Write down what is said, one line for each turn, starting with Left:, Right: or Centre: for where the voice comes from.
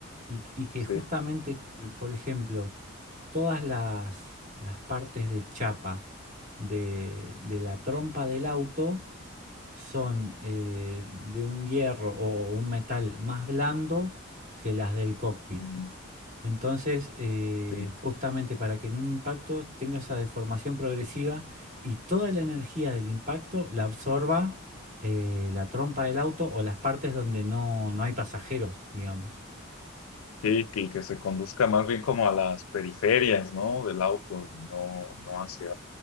Right: y, y que
Left: sí,
Right: justamente, eh, por ejemplo, todas las, las partes de chapa de, de la trompa del auto son eh, de un hierro o un metal más blando que las del cockpit.
Left: mm,
Right: Entonces, eh,
Left: sí.
Right: justamente para que en un impacto tenga esa deformación progresiva y toda la energía del impacto la absorba eh, la trompa del auto o las partes donde no, no hay pasajeros, digamos.
Left: Sí, que, que se conduzca más bien como a las periferias, ¿no? Del auto, y no, no hacia